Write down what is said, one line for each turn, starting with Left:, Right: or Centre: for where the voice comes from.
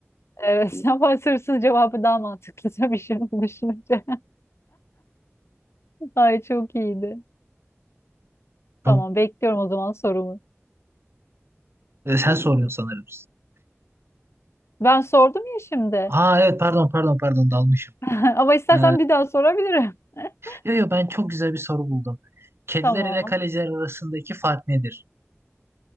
Left: Evet, <laughs> ama sırsız cevabı daha mantıklı tabii şimdi düşününce. <laughs> Ay çok iyiydi.
Right: Çok-
Left: Tamam bekliyorum o zaman sorumu.
Right: Ee, sen soruyorsun sanırım.
Left: Ben sordum ya şimdi.
Right: Aa evet pardon pardon pardon dalmışım.
Left: <laughs> Ama istersen
Right: Ee,
Left: bir daha sorabilirim. <laughs>
Right: Yo yo ben çok güzel bir soru buldum. Kediler
Left: Tamam.
Right: ile kaleciler arasındaki fark nedir?